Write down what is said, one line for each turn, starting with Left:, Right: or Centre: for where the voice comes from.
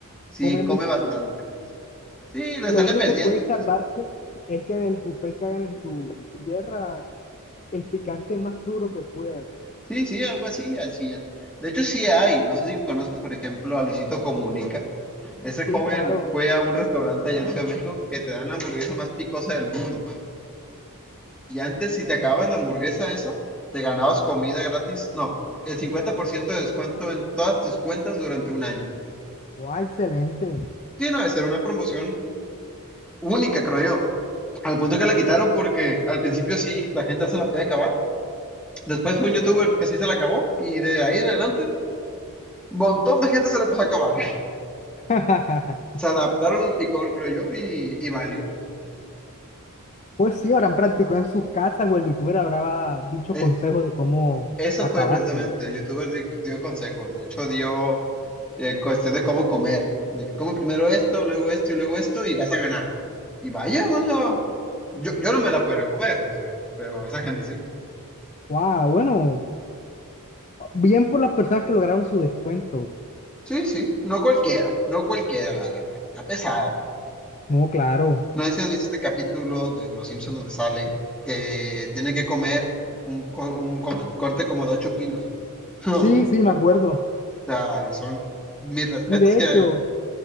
Centre: sí
Left: come
Centre: come
Left: mucho.
Centre: bastante, pues. Sí, le
Left: Lo
Centre: sale
Left: único
Centre: perdiendo,
Left: que puede
Centre: pues.
Left: salvarse es que en el buffet que hagan en tu, en tu tierra, el picante más duro que pueda.
Centre: Sí, sí, algo así, así ya. De hecho, sí hay. No sé si conozcas, por ejemplo, a Luisito Comunica. Ese
Left: Sí,
Centre: joven
Left: claro.
Centre: fue a un restaurante allá en Ciudad de México que te dan la hamburguesa más picosa del mundo. Y antes, si te acabas la hamburguesa esa, te ganabas comida gratis. No, el 50% de descuento en todas tus cuentas durante un año.
Left: Guau, excelente.
Centre: Sí, no, debe ser una promoción única, creo yo. Al punto que la quitaron porque al principio sí la gente no se la podía acabar. Después fue un youtuber que sí se la acabó y de ahí en adelante un montón de gente se la empezó a acabar. <laughs>
Left: <laughs>
Centre: Se adaptaron al picor, creo yo, y, y valió.
Left: Pues sí, habrán practicado en sus casas o el youtuber habrá dicho
Centre: Eh,
Left: consejos de cómo
Centre: eso
Left: acabársela.
Centre: fue precisamente, el youtuber di- dio consejos, de hecho dio eh, cuestión de cómo comer, de que come primero esto, luego esto y luego esto y vas a ganar. Y vaya, o sea, yo, yo no me la pudiera comer, o sea, pero esa gente sí.
Left: Wow, bueno, bien por las personas que lograron su descuento.
Centre: Sí, sí, no cualquiera, no cualquiera, la verdad. A pesar,
Left: No, claro.
Centre: no sé si has visto este capítulo de Los Simpsons donde sale que tiene que comer un, co- un co- corte como de 8 kilos. <laughs>
Left: Sí, sí, me acuerdo.
Centre: O sea, son mis respetos
Left: Y de
Centre: que
Left: hecho,